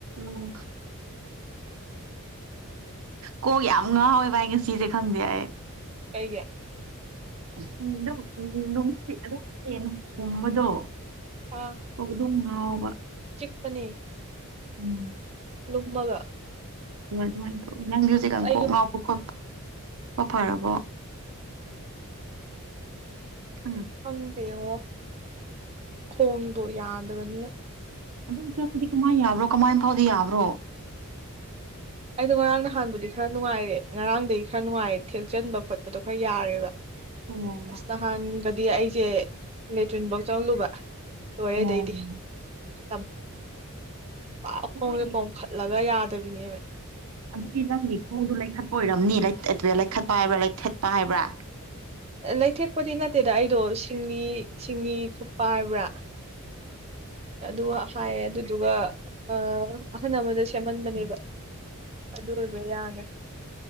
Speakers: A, on the right; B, on the right.
A: ꯎꯝ ꯀꯣ ꯌꯥꯝ ꯉꯥꯥꯎꯋꯦ ꯚꯥꯏ ꯉꯁꯤꯁꯦ ꯈꯪꯗꯦ ꯑꯩ
B: ꯀꯩꯒꯤ
A: ꯈꯡꯗꯦꯗ ꯎꯝ ꯅꯨꯡꯁꯤꯇ ꯑꯗꯨꯝ ꯐꯦꯟ ꯍꯨꯝꯕꯗꯣ
B: ꯑꯥ
A: ꯀꯣꯛ ꯑꯗꯨꯝ ꯉꯥꯎꯕ
B: ꯆꯤꯛꯄꯅꯦ
A: ꯎꯝ
B: ꯂꯨꯝꯃꯒ
A: ꯑꯗꯨꯃꯥꯏ ꯗꯨꯃꯥꯏꯟ ꯇꯧꯋꯤ ꯅꯪꯗꯤ ꯍꯧꯖꯤꯛꯀꯥꯟ
B: ꯑꯁ ꯑꯩꯁꯨ
A: ꯀꯣꯛ ꯉꯥꯎꯕ ꯈꯣꯠꯄ ꯈꯔ ꯐꯔꯕꯣ ꯎꯝ
B: ꯈꯪꯗꯦꯉꯣ ꯈꯣꯡꯗꯣ ꯌꯥꯗꯕꯅꯤꯅ
A: ꯑꯗꯨꯝ ꯆꯠꯄꯗꯤ ꯀꯃꯥꯏ ꯌꯥꯕ꯭ꯔꯣ ꯀꯃꯥꯏ ꯐꯥꯎꯗꯤ ꯌꯥꯕ꯭ꯔꯣ
B: ꯑꯩꯗꯣ ꯉꯔꯥꯡ ꯅꯍꯥꯟꯕꯨꯗꯤ ꯈꯔ ꯅꯨꯡꯉꯥꯏꯔꯦ ꯉꯔꯥꯡꯗꯒꯤ ꯈꯔ ꯅꯨꯡꯉꯥꯏꯔꯦ ꯊꯦꯛꯆꯟꯕ ꯈꯣꯠꯄꯗꯣ ꯈꯔ ꯌꯥꯔꯦꯕ
A: ꯑꯣ
B: ꯑꯁ ꯅꯍꯥꯟꯒꯗꯤ ꯑꯩꯁꯦ ꯂꯦꯇ꯭ꯔꯤꯟꯐꯧ ꯆꯪꯂꯨꯕ ꯂꯣꯏꯔꯦ
A: ꯎꯝ
B: ꯑꯗꯩꯗꯤ ꯑꯝ ꯄꯥꯛ
A: ꯑꯗꯨ
B: ꯈꯣꯡꯁꯦ
A: ꯅꯣꯏꯒꯤ
B: ꯄꯣꯝꯈꯠꯂꯒ ꯌꯥꯗꯕꯤꯅꯦꯕ
A: ꯑꯗꯨꯗꯤ ꯅꯪꯒꯤ ꯈꯣꯡꯗꯨ ꯂꯩꯈꯠꯄ ꯑꯣꯏꯔꯝꯅꯤ ꯑꯥ ꯑꯥ ꯇꯦ ꯂꯩꯈꯠꯄ ꯍꯥꯏꯕ꯭ꯔꯥ ꯂꯩꯊꯠꯄ ꯍꯥꯏꯕ꯭ꯔꯥ
B: ꯑꯥ ꯂꯩꯊꯦꯛꯄꯗꯤ ꯅꯠꯇꯦꯗ ꯑꯩꯗꯣ ꯁꯤꯡꯂꯤ ꯁꯤꯡꯂꯤ ꯊꯨꯞꯄ ꯍꯥꯏꯕ꯭ꯔꯥ ꯑꯗꯨ ꯍꯥꯏꯌꯦ ꯑꯗꯨꯗꯨꯒ ꯑꯥ ꯑꯍꯟ ꯑꯃꯗ ꯁꯦꯝꯍꯟꯕꯅꯦꯕ ꯑꯗꯨ ꯑꯣꯏꯕ ꯌꯥꯔꯦ